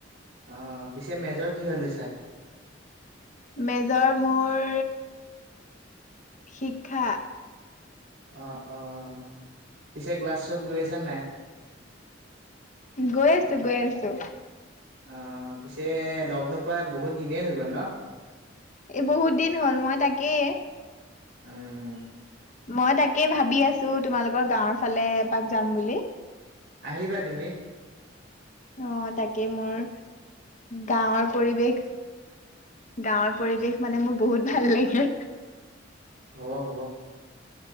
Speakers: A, on the right; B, on the left.
A: অ পিছে মেজৰ কি হৈ লৈছা।
B: মেজৰ মোৰ শিক্ষা।
A: অহ অহ পিছে ক্লাছত গৈ আছা নাই?
B: গৈ আছো গৈ আছো।
A: অ পিছে লগ নোপোৱা বহুত দিনেই হৈ গ'ল ন।
B: এ বহুত দিন হ'ল মই তাকেই।
A: উম,
B: মই তাকেই ভাবি আছো তোমালোকৰ গাঁওৰ ফালে এপাক যাম বুলি।
A: আহিবা তুমি।
B: অ তাকে মোৰ গাঁৱৰ পৰিৱেশ। গাঁৱৰ পৰিৱেশ মানে মোৰ বহুত ভাল লাগে।
A: হ'ব হ'ব